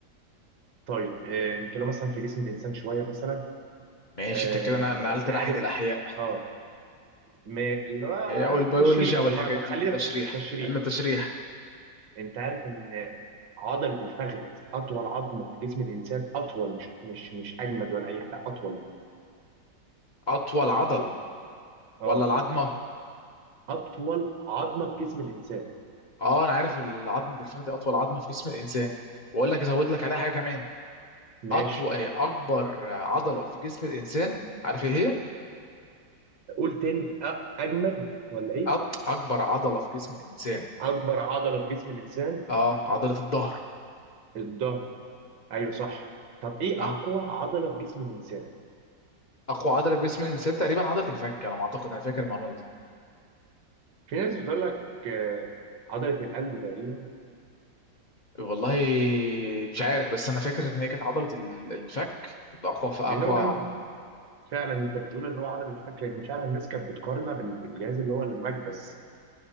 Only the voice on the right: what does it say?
طيب آه نتكلم مثلا في جسم الانسان شويه مثلا
آه
انت عارف
اه ما اللي هو
التشريح
بمعنى
خلينا
في التشريح
انت عارف ان عضله الفخذ اطول عظمه في جسم الانسان اطول مش مش مش اجمد ولا اي حاجه، لا اطول
اه
اطول عظمه في جسم الانسان
ماشي
قول تاني أ- اجمد ولا ايه
اكبر عضله في جسم الانسان
الظهر ايوه صح طب ايه
اقوى عضله في جسم الانسان
في ناس بتقول لك آه، عضله القلب تقريبا
لان هو كان فعلا انت بتقول اللي هو عضله الفك لان فعلا الناس كانت بتقارنها بال- بالجهاز اللي هو المكبس